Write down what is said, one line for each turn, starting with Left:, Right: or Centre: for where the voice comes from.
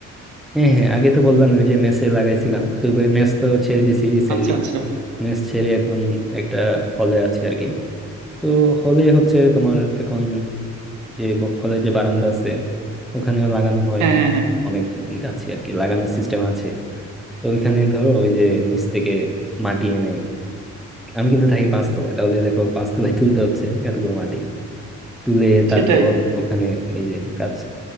Centre: হ্যাঁ হ্যাঁ আগে তো বললাম ওই যে মেসে লাগাইছিলাম তো মেস তো ছেড়ে দিছি রিসেন্টলি
Right: আচ্ছা আচ্ছা
Centre: মেস ছেড়ে এখন একটা হলে আছে আর কি তো হলে হচ্ছে তোমার এখন যে হলে যে বারান্দা আছে ওখানেও লাগানো হয়
Right: হ্যাঁ হ্যাঁ হ্যাঁ
Centre: অনেক গাছে আর কি লাগানোর সিস্টেম আছে তো ওইখানে ধরো ওই যে নিচ থেকে মাটি এনে আমি কিন্তু থাকি পাঁচতলায় তাহলে দেখো পাঁচতলায় তুলতে হচ্ছে এতগুলো মাটি তুলে তারপর
Right: সেটাই
Centre: ওখানে এই যে গাছ